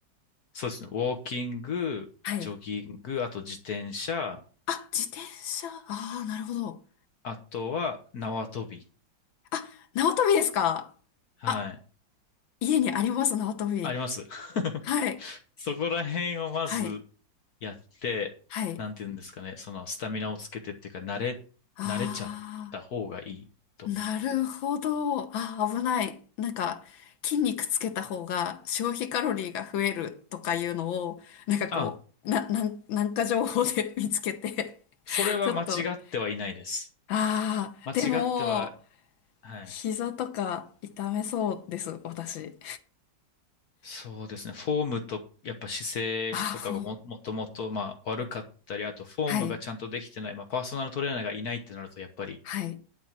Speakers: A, on the left; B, on the left.
A: そうですね。ウォーキング、
B: <laughs> はい。
A: ジョギング、あと自転車、
B: あ、自転車。ああ、なるほど。
A: あとは縄跳び。
B: あ、縄跳びですか。
A: はい。
B: あ、家にあります、縄跳び。
A: あります。<laughs>
B: はい。
A: そこら辺をまず
B: はい。
A: やって、
B: はい。
A: なんて言うんですかね、そのスタミナをつけてっていうか、慣れ、
B: あ
A: 慣れちゃった方がいいと思います。
B: あ、なるほど。あ、危ない。なんか、筋肉つけた方が消費カロリーが増えるとかいうのを、なんかこう、
A: あ、
B: な、なん、なんか情報で <laughs> 見つけて
A: それは間違ってはいないです。
B: ちょっと、ああ、
A: 間違っては、
B: でも、
A: はい。
B: 膝とか痛めそうです、私。
A: そうですね。フォームと、やっぱ姿勢とかがも、
B: ああ、フォー。
A: もともと、まあ、悪かったり、あと、フォームがちゃんとできてない、
B: はい、
A: まあ、パーソナルトレーナーがいないってなると、やっぱり、
B: はい。